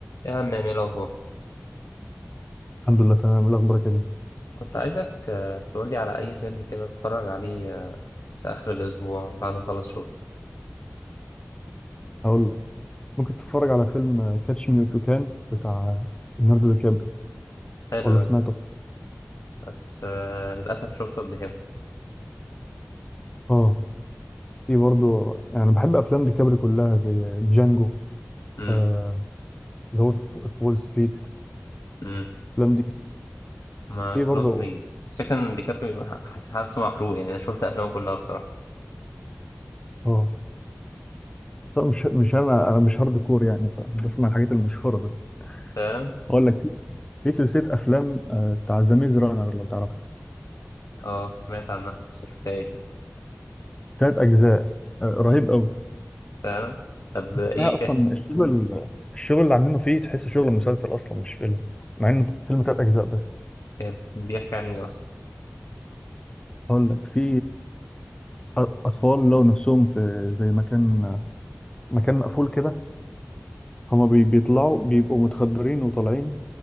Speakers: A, on the left; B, on the left.
A: يا عم ايه الأخبار؟
B: الحمد لله تمام إيه الاخبار يا كريم
A: كنت عايزك آه، تقولي على أي فيلم كده أتفرج عليه آه، في آخر الأسبوع بعد ما أخلص شغل
B: هقول لك ممكن تتفرج على فيلم كاتش مي إف يو كان بتاع ليوناردو دي كابري
A: حلو
B: ولا
A: ده
B: سمعته
A: بس آه، للأسف شفته قبل كده
B: اه في برضه يعني بحب افلام دي كابري كلها زي جانجو
A: أمم
B: آه اللي هو في في وول ستريت
A: أمم
B: الافلام دي
A: ما
B: في
A: كلهم
B: برضه
A: حلوين بس فكرة إن ديكابريو ح- حاسس حاسه محروق يعني أنا شفت أفلامه كلها بصراحة
B: اه طب مش مش انا انا مش هارد كور يعني بسمع الحاجات المشهوره بس
A: فعلا
B: هقول لك في سلسله افلام آه بتاع ذا ميز رانر لو تعرفها
A: أه سمعت عنها بس مشفتهاش دي
B: ثلاث اجزاء آه رهيب قوي
A: فعلا طب آه، إيه
B: لا اصلا
A: بتحكي؟
B: الشغل الشغل اللي عاملينه فيه تحسه شغل مسلسل اصلا مش فيلم مع انه فيلم تلات اجزاء ده
A: آه، بيحكي عن إيه أصلا؟
B: هقول لك في آه، اطفال لو نفسهم في زي مكان مكان مقفول كده هما بي- بيطلعوا بيبقوا متخدرين وطالعين